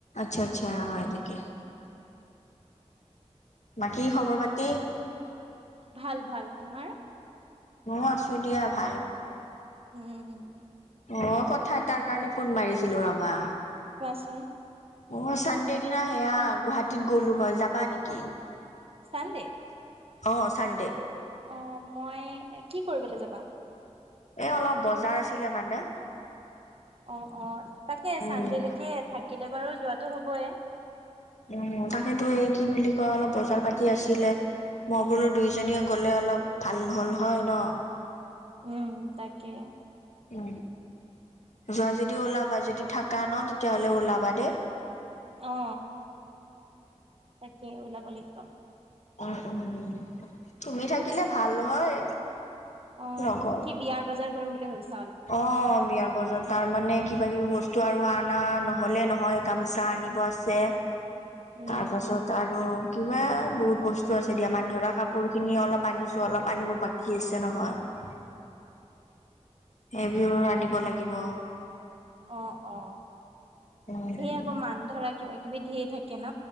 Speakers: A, on the left (about 80°); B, on the right (about 55°).
A: আচ্ছা আচ্ছা হয় নেকি বাকী খবৰ পাতি
B: ভাল ভাল তোমাৰ
A: মও আছোঁ দিয়া ভাল।
B: উম উম
A: অ কথা এটাৰ কাৰণে ফোন মাৰিছিলো ৰবা।
B: কোৱাচোন
A: অ চানডে দিনা সেয়া গুৱাহাটীত গ'লো হয় যাবা নেকি?
B: চান্দে
A: অ চান্দে
B: অ মই কি কৰিবলে যাবা
A: এ অলপ বজাৰ আছিলে মানে
B: অ অ তাকে
A: উম
B: চান্দে লেকে থাকিলে বাৰু যোৱাটো হ'বয়ে
A: উম তাকেতো এই কি বুলি কয় অলপ বজাৰ পাতি আছিলে মই বোলো দুয়োজনীয়ে গ'লে অলপ ভাল হ'ল হয় ন
B: উম তাকে
A: উ যোৱা যদি ওলাবা যদি থাকা ন তেতিয়াহ'লে ওলাবা দেই
B: অ তাকে ওলাব লাগিব
A: উম উম তুমি থাকিলে ভাল হয়
B: অ কি
A: লগত।
B: বিয়াৰ বজাৰ কৰিম বুলি ভাবিছ
A: অ বিয়াৰ বজাৰ তাৰমানে কিবা কিবি বস্তু আৰু আনা নহ'লে নহয় গামোচা আনিব আছে
B: উম
A: তাৰ পাছত আৰু কিবা বহুত বস্তু আছে দিয়া মান ধৰা কাপোৰ খিনি অলপ আনিছো অলপ আনিব বাকী আছে নহয়। সেইবোৰ ৰান্ধিব লাগিব
B: অ অ
A: উম।
B: সেই আক মান ধৰা কিবা কিবি ধেই থাকে ন।